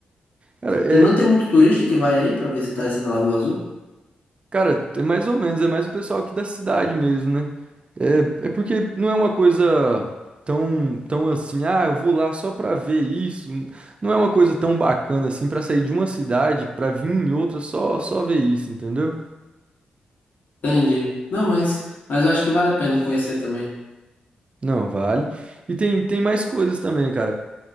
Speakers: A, on the right; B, on the left.
A: Cara, é,
B: E não tem muito turista que vai aí pra visitar essa da Lagoa Azul?
A: Cara, é mais ou menos, é mais o pessoal aqui da cidade mesmo, né? É, é porque não é uma coisa tão, tão assim, ah, eu vou lá só pra ver isso. Não é uma coisa tão bacana assim pra sair de uma cidade pra vir em outra só só ver isso, entendeu?
B: Entendi. Não, mas, mas eu acho que vale a pena conhecer também.
A: Não, vale. E tem, tem mais coisas também, cara.